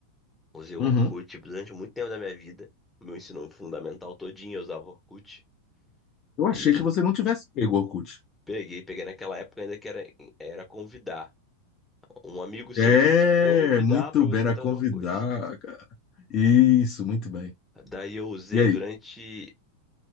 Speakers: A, in the centre; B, on the left.
A: Usei o
B: Uhum.
A: Orkut durante muito tempo da minha vida. Meu ensino fundamental todinho eu usava o Orkut.
B: Eu achei
A: E
B: que você não tivesse pego o Orkut.
A: peguei, peguei naquela época ainda que era, era convidar. Um amigo seu
B: É,
A: tinha que te convidar
B: muito
A: pra
B: bem
A: você
B: a
A: entrar
B: convidar,
A: no Orkut.
B: cara. Isso, muito bem.
A: Daí eu usei
B: E aí?
A: durante